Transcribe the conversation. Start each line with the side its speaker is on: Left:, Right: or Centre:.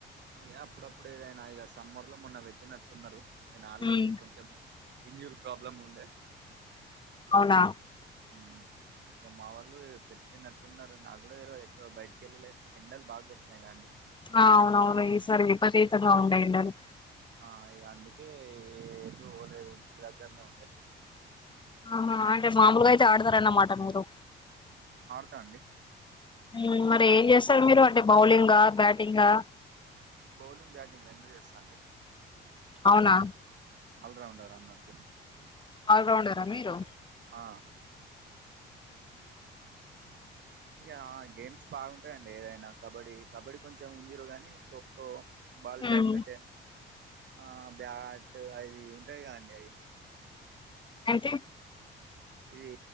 Right: అ అప్పుడప్పుడు ఏదైనా ఇక సమ్మర్ లో మొన్న పెట్టినట్టున్నారు నేను ఆడలేదు
Left: ఉమ్
Right: కొంచెం ఇంజూర్ ప్రాబ్లెమ్ ఉండే
Left: అవునా
Right: ఉ ఇగ మా వాళ్ళు పెట్టినట్టున్నారు నాకు కూడా తెలువదు బయటకి వెళ్ళలేదు ఎండలు బాగు కొట్టిన్నాయికాండి
Left: ఆ అవునవును ఈసారి విపరీతంగా ఉన్నాయి ఎండలు
Right: ఆ ఇగ అందుకే ఏడికి పోలేదు ఇంటి దగ్గరనే ఉండే
Left: ఆహా అంటే మామూలుగా అయితే ఆడతారన్నమాట మీరు
Right: తా అండి
Left: ఉమ్ మరి ఏం జేస్తరు మీరు అంటే బౌలింగ్ గా బ్యాటింగ్ గా
Right: బౌలింగ్ బ్యాటింగ్ రెండు చేస్తా అండి
Left: అవునా
Right: ఆల్ రౌండర్ అన్నట్టు
Left: ఆల్ రౌండర్ ఆ మీరు
Right: ఆ ఇగ గేమ్స్ బాగుంటాయండి ఏదైనా కబడ్డీ కబడ్డీ కొంచెం ఇరు గానీ ఖోఖో బాల్ బ్యాడ్మింటన్
Left: ఉమ్
Right: ఆ బ్యాట్ అది ఉంటాయిగా అండి అది
Left: అంటే
Right: ఇది